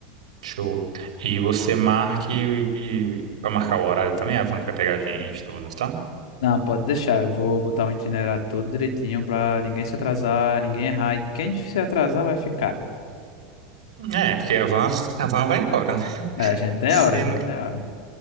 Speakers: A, on the right; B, on the left.
A: Show. E você marque e, para marcar o horário também, a van que vai pegar a gente, todos, tá?
B: Não, pode deixar, eu vou botar o itinerário todo direitinho para ninguém se atrasar, ninguém errar, e quem se atrasar vai ficar.
A: É, porque a van, a van vai embora, né?
B: É, a gente tem
A: Se
B: a hora, a gente
A: não...
B: tem a hora.